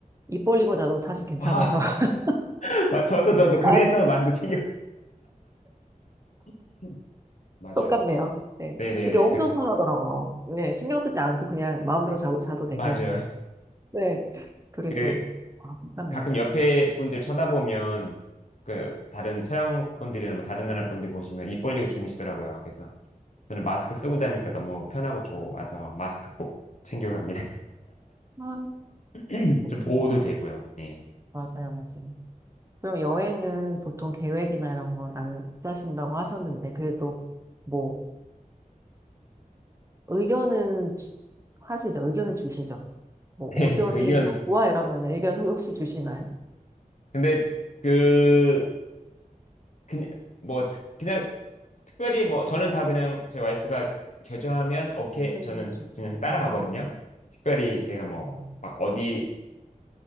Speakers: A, on the right; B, on the left.
A: 입 벌리고 자도 사실 괜찮아서.
B: 아,
A: <laughs>
B: <laughs> 마- 저도, 저도, 그래서
A: 아,
B: 마스크 챙겨. <laughs> 맞아요.
A: 똑같네요. 네.
B: 네네네,
A: 그게 엄청
B: 그렇죠.
A: 편하더라고요. 네. 신경 쓰지 않고 그냥 마음대로 자고, 자도 되고.
B: 맞아요.
A: 네. 그래서,
B: 그,
A: 아, 똑같네요.
B: 가끔 옆에 분들 쳐다보면 그 다른 서양 분들이나 뭐 다른 나라 분들 보시면 입 벌리고 주무시더라고요. 그래서 저는 마스크 쓰고 다니니까 너무 편하고 좋아서 마스크 꼭 챙겨갑니다.
A: 아,
B: <clears throat>
A: 웃기네
B: 좀 보호도 되고요. 예.
A: 맞아요, 맞아요. 그럼 여행은 보통 계획이나 이런 건 안 짜신다고 하셨는데, 그래도 뭐, 의견은 주- 하시죠. 의견은 주시죠. 뭐
B: <laughs>
A: 어디 어디가
B: 의견.
A: 좋아 이러면 의견 소- 혹시 주시나요?
B: 근데 그, 그, 뭐, 특- 그냥 특별히 뭐 저는 다 그냥 제 와이프가 겨주하면 오케이
A: 하는
B: 저는
A: 중인가요?
B: 그냥 따라가거든요. 특별히 제가 뭐
A: 음,
B: 막 어디